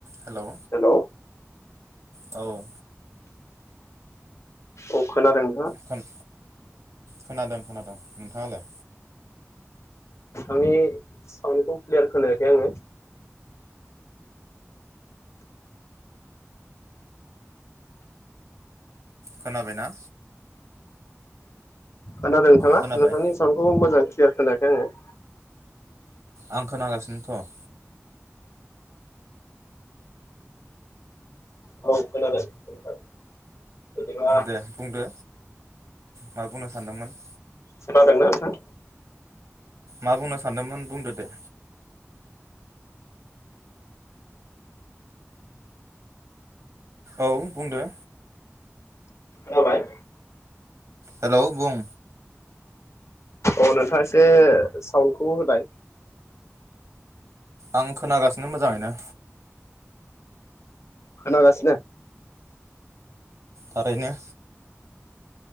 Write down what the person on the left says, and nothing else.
हेलौ
औ खोनादों नोंथाङा
आंनि साउन्डखौ क्लियार खोनायाखै आङो
खोनादों नोंथाङा
नोंथांनि साउन्डखौबो मोजां क्लियार खोनायाखै आङो
औ खोनादों <unintelligible> बिदिबा
खोनादोंना नोंथां
जाबाय
अ नोंथाङा एसे साउन्डखौ होलाय
खोनागासिनो